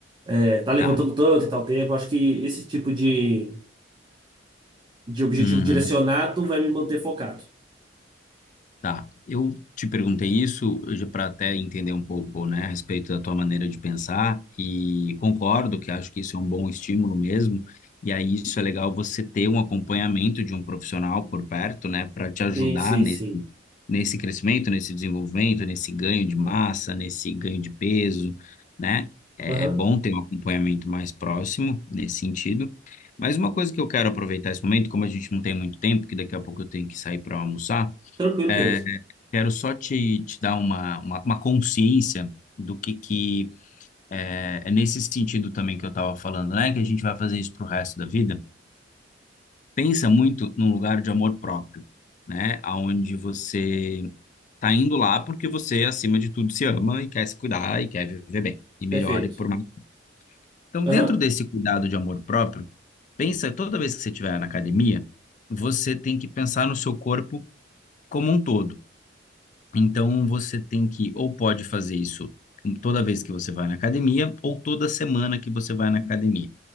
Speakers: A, on the right (about 25°); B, on the left (about 40°).
A: É, tá levantando
B: tá.
A: tanto em tal tempo. Eu acho que esse tipo de, de objetivo
B: Uhum.
A: direcionado vai me manter focado.
B: Tá, eu te perguntei isso para até entender um pouco, né, a respeito da tua maneira de pensar e concordo que acho que isso é um bom estímulo mesmo. E aí isso é legal você ter um acompanhamento de um profissional por perto, né, para te ajudar
A: Sim, sim,
B: nesse
A: sim.
B: nesse crescimento, nesse desenvolvimento, nesse ganho de massa, nesse ganho de peso, né? É
A: Aham.
B: é bom ter um acompanhamento mais próximo nesse sentido. Mas uma coisa que eu quero aproveitar esse momento, como a gente não tem muito tempo, que daqui a pouco eu tenho que sair para almoçar
A: Tranquilo,
B: é
A: querido.
B: Quero só te, te dar uma, uma, uma consciência do que, que é, é nesse sentido também que eu estava falando, né? Que a gente vai fazer isso para o resto da vida. Pensa muito num lugar de amor próprio, né? Aonde você tá indo lá porque você, acima de tudo, se ama e quer se cuidar e quer viver bem e melhor
A: Perfeito.
B: e por mais. Então,
A: Aham.
B: dentro desse cuidado de amor próprio, pensa toda vez que você estiver na academia, você tem que pensar no seu corpo como um todo. Então você tem que ou pode fazer isso toda vez que você vai na academia ou toda semana que você vai na academia.